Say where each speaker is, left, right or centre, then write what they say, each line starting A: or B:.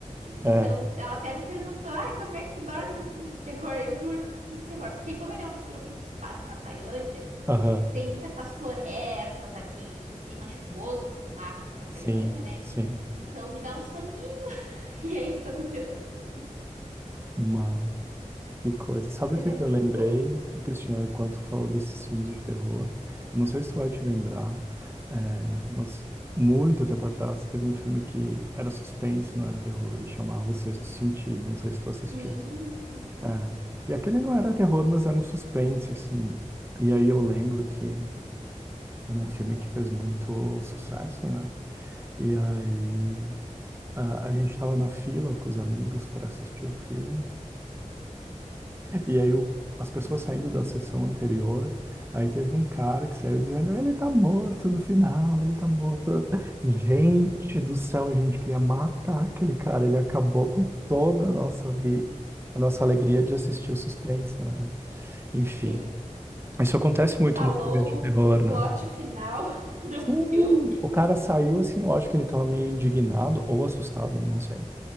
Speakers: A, on the right (about 75°); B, on the right (about 20°).
A: Então,
B: É,
A: ela até me perguntou: ai, como é que tu dorme com filme de terror? Eu durmo com filme de terror, porque como ele é um filme que se passa na Tailândia,
B: aham,
A: tem muitas aquelas florestas, aquele clima chuvoso que tem lá na Tailândia,
B: sim,
A: né?
B: sim.
A: Então me dá um soninho. <laughs> E aí, quando eu tô...
B: Mas, que coisa. Sabe
A: Pois
B: o que
A: é
B: que
A: muito
B: eu lembrei,
A: bom.
B: Cristina, quando tu falou desses filmes de terror? Eu não sei se tu vai te lembrar, é, mas muito tempo atrás teve um filme que era suspense, não era terror, e chamava O Sexto Sentido, não sei se tu assistiu.
A: Sim, sim, sim,
B: É.
A: sim.
B: E
A: Assisti.
B: aquele não era terror, mas era um suspense, assim. E aí eu lembro que era um filme que fez muito sucesso, né? E aí a, a gente estava na fila com os amigos para assistir o filme. E aí o- as pessoas saindo da sessão anterior, aí teve um cara que saiu dizendo, ele tá morto no final, ele tá morto. Gente do céu, a gente queria matar aquele cara. Ele acabou com toda a nossa vi, a nossa alegria de assistir o suspense, né? Enfim.
A: Sim,
B: Isso acontece muito
A: falou
B: nos filmes de terror,
A: o, o plot
B: né?
A: final <laughs> do
B: Sim.
A: filme.
B: O cara saiu assim, eu acho que ele tava meio indignado ou assustado, não sei.